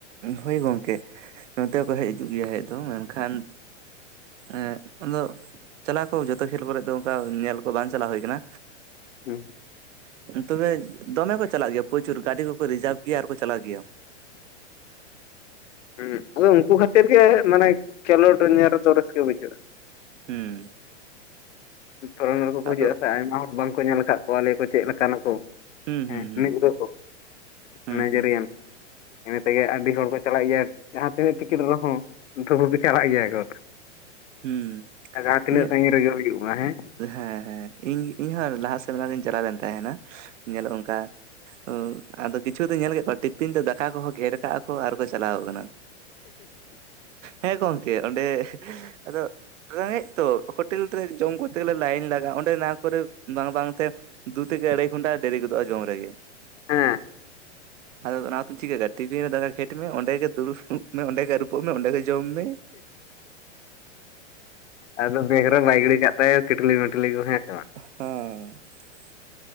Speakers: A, on the right (about 85°); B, on the left (about 75°).
A: ᱦᱳᱭ ᱜᱚᱝᱠᱮ ᱱᱚᱛᱮ ᱦᱚᱸᱠᱚ ᱦᱮᱡ ᱦᱤᱡᱩᱜ ᱜᱮᱭᱟ ᱦᱮᱡ ᱫᱚ ᱢᱮᱱᱠᱷᱟᱱ ᱮᱜ ᱟᱫᱚ ᱪᱟᱞᱟᱣ ᱠᱚ ᱡᱚᱛᱚ ᱠᱷᱮᱞ ᱠᱚᱨᱮᱜ ᱫᱚ ᱚᱱᱠᱟ ᱧᱮᱞ ᱠᱚ ᱵᱟᱝ ᱪᱟᱞᱟᱣ ᱦᱩᱭ ᱠᱟᱱᱟ᱾
B: ᱦᱮᱸ᱾
A: ᱛᱚᱵᱮ ᱫᱚᱢᱮ ᱠᱚ ᱪᱟᱞᱟᱜ ᱜᱮᱭᱟ ᱯᱨᱚᱪᱩᱨ ᱜᱟᱹᱰᱤ ᱠᱚᱠᱚ ᱨᱤᱡᱟᱨᱵᱷ ᱜᱮᱭᱟ ᱟᱨᱠᱚ ᱪᱟᱞᱟᱜ ᱜᱮᱭᱟ᱾
B: ᱦᱮᱸ ᱟᱫᱚ ᱩᱱᱠᱩ ᱠᱷᱟᱹᱛᱤᱨ ᱜᱮ ᱢᱟᱱᱮ ᱠᱷᱮᱞᱳᱰ ᱧᱮᱞ ᱨᱮᱫᱚ ᱨᱟᱹᱥᱠᱟᱹ ᱵᱩᱡᱷᱟᱹᱜᱼᱟ᱾
A: ᱦᱩᱸ᱾
B: ᱯᱷᱚᱨᱮᱱᱟᱨ ᱠᱚᱠᱚ
A: ᱟᱫᱚ
B: ᱦᱤᱡᱩᱜᱼᱟ ᱥᱮ ᱟᱭᱢᱟ ᱦᱚᱲ ᱵᱟᱝᱠᱚ ᱧᱮᱞ ᱟᱠᱟᱫ ᱠᱚᱣᱟ ᱟᱞᱮ ᱠᱚ ᱪᱮᱫ ᱞᱮᱠᱟᱱᱟ ᱠᱚ?
A: ᱦᱩᱸ ᱦᱩᱸ᱾ ᱦᱩᱸ
B: <inaudible>
A: ᱦᱩᱸ
B: ᱱᱟᱭᱡᱮᱨᱤᱭᱟᱱ᱾
A: ᱦᱩᱸ
B: ᱤᱱᱟᱹ ᱛᱮᱜᱮ ᱟᱹᱰᱤ ᱦᱚᱲ ᱠᱚ ᱪᱟᱞᱟᱜ ᱜᱮᱭᱟ ᱡᱟᱦᱟᱸ ᱛᱤᱱᱟᱹᱜ ᱴᱤᱠᱤᱴ ᱨᱮ ᱦᱚᱸ᱾ <unintelligible> ᱪᱟᱞᱟᱜ ᱜᱮᱭᱟ ᱠᱚ
A: ᱦᱩᱸ
B: ᱡᱟᱦᱟᱸ ᱛᱤᱱᱟᱹᱜ
A: ᱤᱧᱟᱹᱜ
B: ᱥᱟᱺᱜᱤᱧ ᱨᱮᱜᱮ ᱦᱩᱭᱩᱜ ᱢᱟ ᱦᱮᱸ᱾
A: ᱦᱮᱸ ᱦᱮᱸ ᱤᱧ ᱤᱧᱦᱚᱸ ᱞᱟᱦᱟ ᱥᱮᱨᱢᱟ ᱨᱤᱧ ᱪᱟᱞᱟᱣ ᱞᱮᱱ ᱛᱟᱦᱮᱱᱟ ᱧᱮᱞᱚᱜ ᱚᱱᱠᱟ᱾ ᱚ ᱟᱫᱚ ᱠᱤᱪᱷᱩ ᱫᱚ ᱧᱮᱞ ᱠᱮᱫ ᱠᱚᱣᱟ ᱴᱤᱯᱤᱱ ᱛᱮ ᱫᱟᱠᱟ ᱠᱚᱦᱚᱸ ᱜᱷᱮᱨ ᱠᱟᱜ ᱟᱠᱚ ᱟᱨ ᱠᱚ ᱪᱟᱞᱟᱣ ᱠᱟᱱᱟ᱾ ᱦᱮᱸ ᱜᱚᱝᱠᱮ ᱚᱸᱰᱮ ᱟᱫᱚ ᱨᱮᱸᱜᱮᱡ ᱛᱚ ᱦᱳᱴᱮᱞ ᱨᱮ ᱡᱚᱢ ᱠᱚ ᱛᱮ ᱜᱮᱞᱮ ᱞᱟᱭᱤᱱ ᱞᱟᱜᱟᱜᱼᱟ ᱚᱸᱰᱮ ᱚᱱᱟ ᱠᱚᱨᱮ ᱵᱟᱝ ᱵᱟᱝᱛᱮ ᱫᱩ ᱛᱷᱮᱠᱮ ᱟᱹᱲᱟᱹᱭ ᱜᱷᱚᱱᱴᱟ ᱫᱮᱨᱤ ᱜᱚᱫᱚᱜᱼᱟ ᱡᱚᱢ ᱨᱮᱜᱮ᱾
B: ᱦᱮᱸ᱾
A: ᱟᱫᱚ ᱚᱱᱟ ᱦᱚᱛᱮᱫ ᱪᱤᱠᱟᱹ ᱠᱟ ᱴᱤᱯᱷᱤᱱ ᱨᱮ ᱫᱟᱠᱟ ᱜᱷᱮᱴ ᱢᱮ ᱚᱸᱰᱮ ᱜᱮ ᱫᱩᱲᱩᱵ ᱢᱮ ᱚᱸᱰᱮ ᱜᱮ ᱟᱨᱩᱵᱚᱜ ᱢᱮ ᱚᱸᱰᱮ ᱜᱮ ᱡᱚᱢ ᱢᱮ
B: ᱟᱫᱚ ᱵᱮᱜ ᱨᱮ ᱵᱟᱭ ᱜᱤᱲᱤ ᱠᱟᱜ ᱛᱟᱭ ᱠᱮᱴᱞᱤ ᱢᱮᱴᱞᱤ ᱠᱚ ᱦᱮᱸ ᱥᱮ ᱵᱟᱝ
A: <unintelligible>
B: ᱾